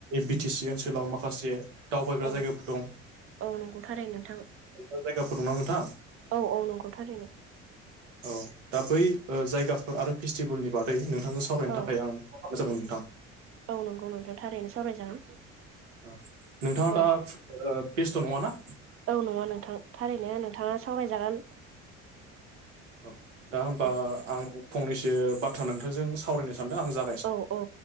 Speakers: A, on the right; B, on the right.
A: बि टि सि ओनसोलाव माखासे दावबायग्रा
B: औ
A: जायगाफोर दं।
B: औ नंगौथारै नोंथां।
A: ओ जायगाफोर दं ना नोंथां।
B: औ औ नंगौथारैनो।
A: औ दा बै ओ जायगाफोर आरो फेस्टिभोलनि बादै नोंथांजों सावरायनो
B: औ
A: थाखाय आं <unintelligible> नोंथां
B: औ नंगौ नोंथां थारैनो सावरायजागोन।
A: औ नोंथाङा
B: औ
A: दा ओ बेस्थ' नङा ना?
B: औ नङा नोंथां थारैनो नोंथाङा सावरायजागोन।
A: औ दा होमबा
B: औ
A: आं फंनैसो बाथ्रा नोंथांजों सावरायनो सानदों आं जा
B: औ औ